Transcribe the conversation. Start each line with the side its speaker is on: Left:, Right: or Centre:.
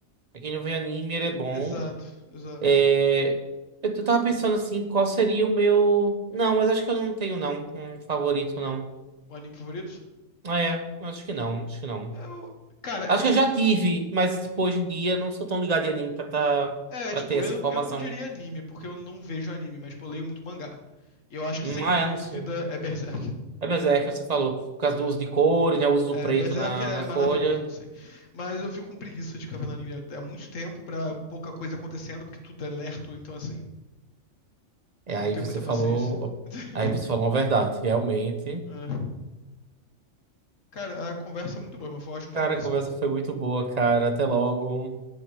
Right: Pra quem não vê anime, ele é bom.
Left: Exato, exato.
Right: É, Eu eu tava pensando assim, qual seria o meu? Não, mas acho que eu não tenho não um favorito não.
Left: O anime favorito?
Right: Ah, É, acho que não, acho que não.
Left: Eu. Cara,
Right: Acho
Left: eu não.
Right: que eu já tive, mas tipo hoje em dia não sou tão ligado em anime pra tá,
Left: É,
Right: para
Left: tipo,
Right: ter essa
Left: eu,
Right: informação.
Left: eu não diria anime, porque eu não vejo anime, mas, tipo, eu leio muito mangá. E eu acho que,
Right: Hum,
Left: sem
Right: Ah,
Left: dúvida,
Right: é, não sei.
Left: é Berserk.
Right: É, mas é é que você falou, por causa
Left: É,
Right: do uso de cores, né? O uso do
Left: É,
Right: preto
Left: Berserk
Right: na,
Left: é
Right: na
Left: maravilhoso,
Right: folha.
Left: assim. Mas eu fico com preguiça de ficar na linha. É muito tempo pra pouca coisa acontecendo, porque tudo é lerto, então assim,
Right: É, aí
Left: eu não tenho
Right: você
Left: muita paciência.
Right: falou.
Left: <laughs>
Right: Aí você falou uma verdade, realmente.
Left: É. Cara, a conversa é muito boa, mas foi ótimo
Right: Cara,
Left: falar com
Right: a
Left: você.
Right: conversa foi muito boa, cara. Até logo.